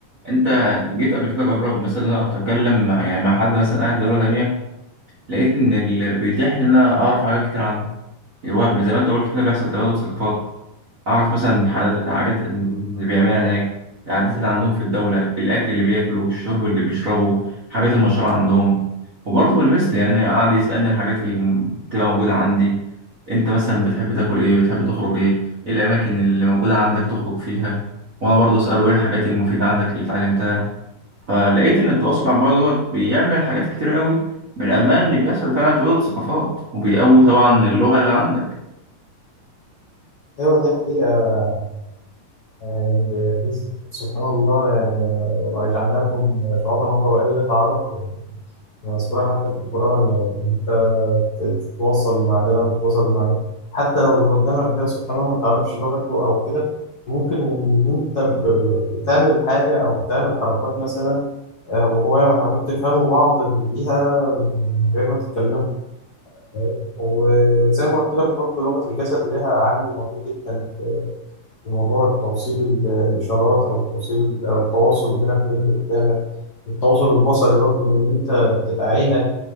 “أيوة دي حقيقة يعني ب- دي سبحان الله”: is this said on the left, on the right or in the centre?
Left